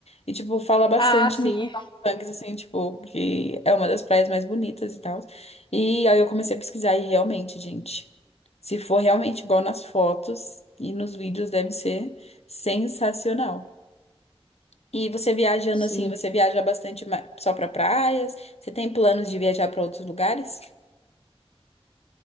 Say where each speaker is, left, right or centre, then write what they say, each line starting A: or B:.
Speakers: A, on the left; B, on the left.
A: E, tipo, fala bastante
B: Ah, sim.
A: nisso. Funks, assim, tipo, que é uma das praias mais bonitas e tal. E aí eu comecei a pesquisar e realmente, gente, se for realmente igual nas fotos e nos vídeos, deve ser sensacional. E você viajando
B: Sim.
A: assim, você viaja bastante ma- só pra praias? Você tem planos de viajar pra outros lugares?